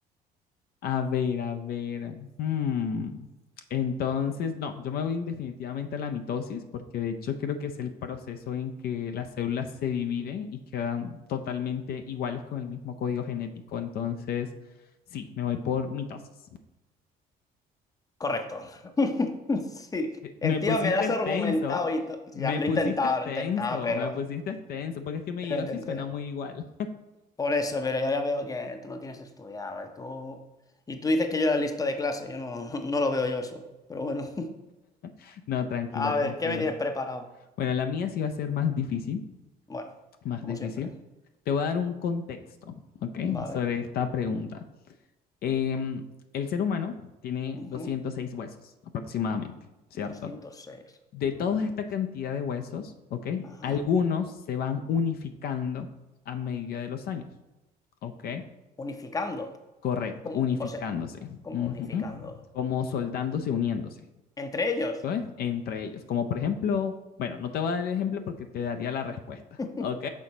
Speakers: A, on the left; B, on the left.
A: A ver, a ver. hmm, Entonces, no, yo me voy definitivamente a la mitosis porque de hecho creo que es el proceso en que las células se dividen y quedan totalmente iguales con el mismo código genético. Entonces, sí, me voy por mitosis. <laughs>
B: Correcto. <laughs> Sí.
A: Eh,
B: Encima
A: Me pusiste
B: me lo has
A: extenso,
B: argumentado y to- Ya,
A: me
B: lo
A: pusiste
B: he intentado,
A: extenso,
B: lo he intentado, pero...
A: me pusiste extenso, porque es que meiosis
B: Pero lo intenté.
A: suena muy igual.
B: Por eso, pero ya ya veo que tú lo tienes estudiado, ¿eh? Tú... Y tú dices que yo era listo de clase, yo no, <laughs> no lo veo yo eso, pero bueno.
A: <laughs> No,
B: <laughs>
A: tranquilo,
B: A
A: tranquilo.
B: ver, ¿qué me tienes preparado?
A: Bueno, la mía sí va a ser más difícil.
B: Bueno,
A: más
B: como
A: difícil.
B: siempre.
A: Te voy a dar un contexto, ¿ok?
B: Vale.
A: Sobre esta pregunta. Em, el ser humano tiene
B: Ujú.
A: 206 huesos aproximadamente, ¿cierto?
B: doscientos seis,
A: De
B: Vale.
A: toda esta cantidad de huesos, ¿ok?
B: Ajá.
A: Algunos se van unificando a medida de los años, ¿ok?
B: Unificando.
A: Correcto,
B: ¿Cómo-
A: unificándose,
B: O sea, ¿cómo
A: ujú,
B: unificando?
A: como soldándose, uniéndose,
B: ¿Entre ellos?
A: ¿ok? Entre ellos, como por ejemplo, bueno, no te voy a dar el ejemplo porque te daría la respuesta,
B: <laughs>
A: ¿ok?